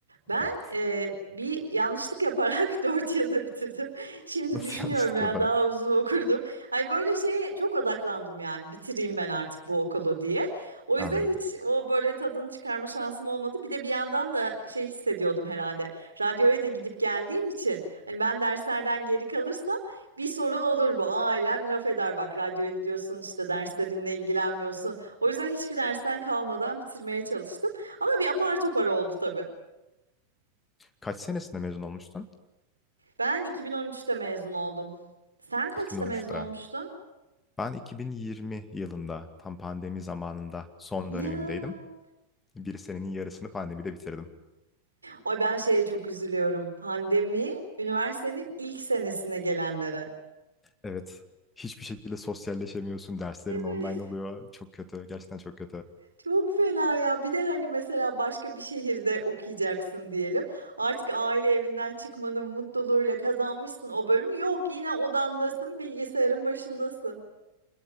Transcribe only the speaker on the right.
Ben
eee, bir yanlışlık yaparak <laughs> 4 yılda bitirdim. Şimdi
düşünüyorum
ya
daha uzun okurdum. Hani böyle şeye çok odaklandım yani bitireyim ben artık bu okulu diye. O
yüzden hiç o böyle tadını çıkarma şansım olmadı. Bir de bir yandan da şey hissediyordum herhalde. Radyoya da gidip geldiğim için hani ben derslerden geri kalırsam bir sorun olur bu. Ailem laf eder bak radyoya gidiyorsun işte derslerinle ilgilenmiyorsun. O yüzden hiçbir dersten kalmadan bitirmeye çalıştım. Ama bir apar topar oldu tabii.
Ben 2013'te mezun oldum. Sen kaçta
mezun olmuştun?
Ya.
Ay ben şeye çok üzülüyorum. Pandemi üniversitenin ilk senesine gelenlere.
Evet.
Çok fena ya. Bir de hani mesela başka bir şehirde okuyacaksın diyelim. Artık aile evinden çıkmanın mutluluğuyla kazanmışsın o bölümü. Yok, yine odandasın, bilgisayarın başındasın.